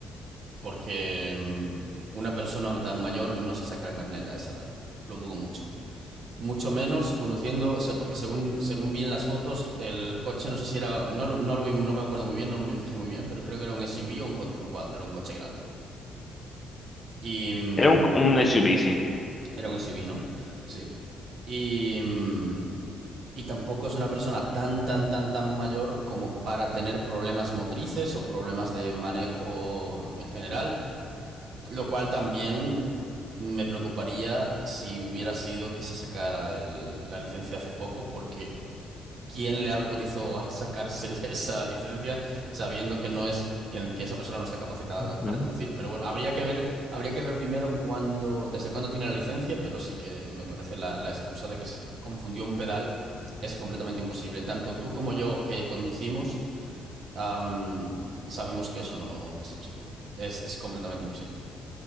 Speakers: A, on the right; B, on the left.
A: porque mm, una persona tan mayor no se saca el carnet a esa edad. Lo dudo mucho. Mucho menos conduciendo, o sea, porque según, según vi en las fotos, el coche no sé si era, no lo, no lo vi, no me acuerdo muy bien, no me fijé muy bien, pero creo que era un SUV o un cuatro por cuatro era un coche grande. Y mm,
B: Era un, un SUV, sí.
A: era un SUV, ¿no? Sí. Y, mm, y tampoco es una persona tan, tan, tan, tan mayor como para tener problemas motrices o problemas de manejo en general, lo cual también me preocuparía si hubiera sido que se sacara el- la licencia hace poco, porque quién le autorizó a sacarse <laughs> esa licencia sabiendo que no es que, que esa persona no está capacitada
B: Ujú.
A: para conducir. Pero bueno, habría que ver, habría que ver primero cuándo, desde cuándo tiene la licencia, pero sí que me parece la, la excusa de que se confundió un pedal es completamente imposible. Tanto tú como yo que conducimos, am, sabemos que eso no no es imposible. Es, es completamente imposible.